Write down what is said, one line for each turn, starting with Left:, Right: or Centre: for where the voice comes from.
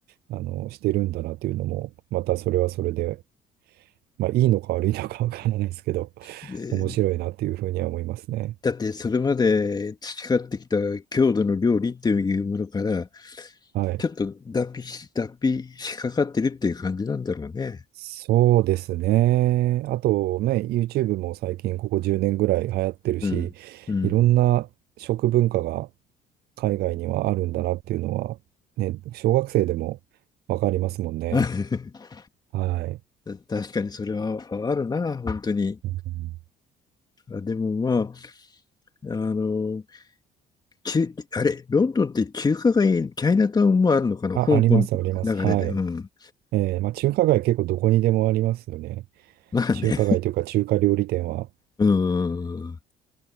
Right: あの、してるんだなっていうのも、またそれはそれでまあ、いいのか悪いのかわからないですけど、<laughs>
Left: で
Right: 面白いなっていうふうには思いますね。
Left: だってそれまで培ってきた郷土の料理っていうものから
Right: はい。
Left: ちょっと脱皮し、脱皮しかかってるっていう感じなんだろうね。
Right: そうですね。あとね、YouTube も最近ここ10年ぐらい流行ってるし、
Left: うん。うん。
Right: いろんな食文化が海外にはあるんだなっていうのは、ね、小学生でもわかりますもんね。
Left: <laughs>
Right: はい。
Left: 確かにそれはあるな、本当に。
Right: うん
Left: あでもまあ、あの、中あれ、ロンドンって中華街、チャイナタウンもあるのかな、
Right: あ、
Left: 香港の流れで。
Right: あります、あります。はい。
Left: うん。
Right: えーまあ、中華街結構どこにでもありますよね。
Left: まあね。
Right: 中華街というか中華料理店は
Left: うん。